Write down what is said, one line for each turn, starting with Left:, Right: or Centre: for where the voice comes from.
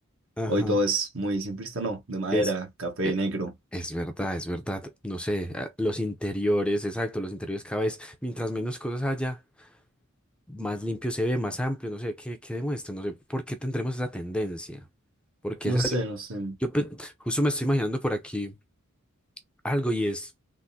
Centre: Ajá.
Right: Hoy todo es muy simplista, ¿no? De madera,
Centre: Es,
Right: café,
Centre: e-
Right: negro.
Centre: es verdad, es verdad. No sé, ah, los interiores, exacto, los interiores cada vez, mientras menos cosas haya, más limpio se ve, más amplio, no sé, ¿qué, qué demuestra? No sé, ¿por qué tendremos esa tendencia? Porque
Right: No
Centre: esa-
Right: sé,
Centre: yo,
Right: no sé.
Centre: yo pe- justo me estoy imaginando por aquí algo y es